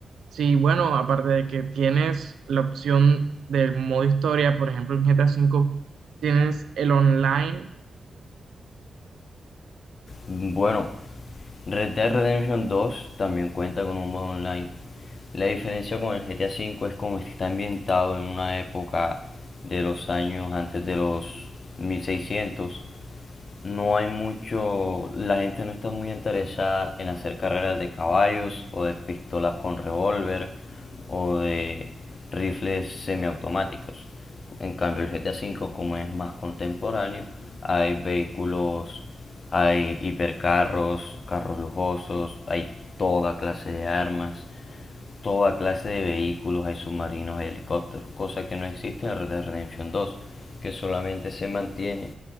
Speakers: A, on the right; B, on the left.
A: Sí, bueno, aparte de que tienes la opción del modo historia, por ejemplo, en GTA V tienes el online,
B: Bueno, Red Dead Redemption dos también cuenta con un modo online. La diferencia con el GTA V es como está ambientado en una época de los años antes de los mil seiscientos no hay mucho, la gente no está muy interesada en hacer carreras de caballos o de pistolas con revólver o de rifles semiautomáticos. En cambio el GTA V como es más contemporáneo, hay vehículos, hay hipercarros, carros lujosos, hay toda clase de armas toda clase de vehículos, hay submarinos, hay helicópteros, cosa que no existe en Red Dead Redemption 2, que solamente se mantiene